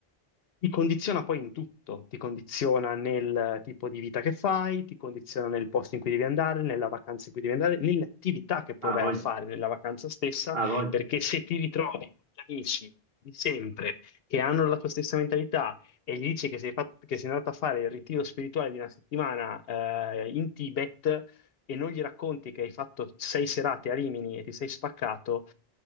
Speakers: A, on the left (about 70°); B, on the right (about 70°).
A: ti condiziona poi in tutto, ti condiziona nel tipo di vita che fai, ti condiziona nel posto in cui devi andare, nella vacanza in cui devi andare, nelle attività che poi
B: Ah,
A: vai
B: voglio.
A: a fare nella vacanza stessa,
B: Ah, voglio.
A: perché se ti ritrovi con gli amici di sempre che hanno la tua stessa mentalità e gli dici che sei, fat- che sei andato a fare il ritiro spirituale di una settimana eh, in Tibet e non gli racconti che hai fatto sei serate a Rimini e ti sei spaccato,